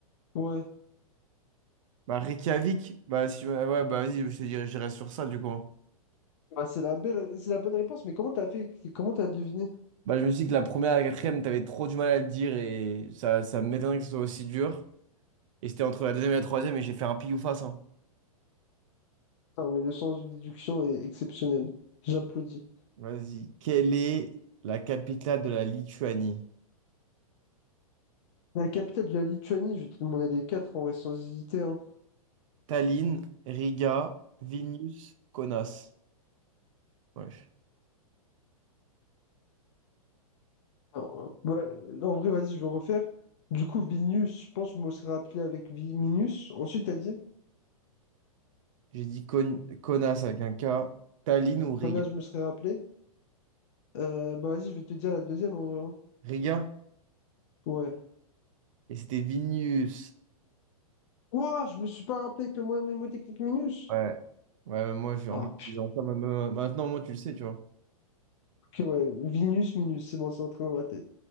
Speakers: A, on the left; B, on the right.
A: Ouais.
B: Bah, Reykjavik. Bah, si... tu m'as- ouais, bah, vas-y, je te dirais, je dirais sur ça, du coup.
A: Ah, c'est la belle, c'est la bonne réponse, mais comment t'as fait, comment t'as deviné?
B: Bah, je me suis dit que la première et la quatrième, t'avais trop du mal à le dire et ça, ça m'étonnerait que ce soit aussi dur. Et c'était entre la deuxième et la troisième et j'ai fait un pile ou face, hein.
A: Non, mais le sens de déduction est exceptionnel. J'applaudis.
B: Vas-y. Quelle est la capitale de la Lituanie?
A: La capitale de la Lituanie, je vais te demander les quatre en vrai sans hésiter. hein.
B: Tallinn, Riga, Vilnius, Kaunas. Ouais.
A: Alors, euh, ouais, là, en vrai, vas-y, je vais refaire. Du coup, Vilnius, je pense que je me serais rappelé avec Vi- Minus. Ensuite, t'as dit,
B: J'ai dit Kon- Konas avec un K. Tallinn ou Riga?
A: Anna, je me serais rappelé. Euh, bah vas-y, je vais te dire la deuxième en vrai. hein.
B: Riga?
A: Ouais.
B: Et c'était Vilnius.
A: Ouah, je me suis pas rappelé avec le moyen mnémotechnique Minus.
B: Ouais. Ouais, mais moi, je, en
A: Ah,
B: fait, en disant ça, ma- ma- maintenant, moi, tu le sais, tu vois.
A: ok, ouais. Vilnius, Minus, c'est bon, c'est entré dans ma tête.